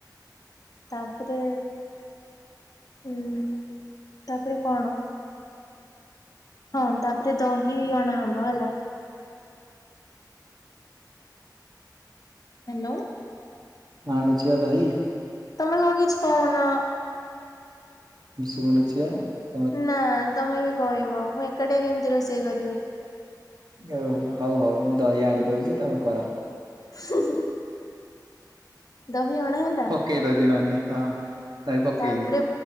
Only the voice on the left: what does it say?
ତାପରେ ଉଁ ତାପରେ କଣ? ହଁ ତାପରେ ଦହି ଅଣାହବ ହେଲା। ହେନ୍ତି ନବୁ?
ତମେ କଣ କିଛି କହୁନ?
ନା ତମେ ବି କହିବ ମୁଁ ଏକାଟିଆ କେମିତି ରୋଷେଇ କରିବି?
ହୁଁ ହୁଁ ଦହି ଅର୍ଡ଼ର ହେଲା।
ତା ଉପରେ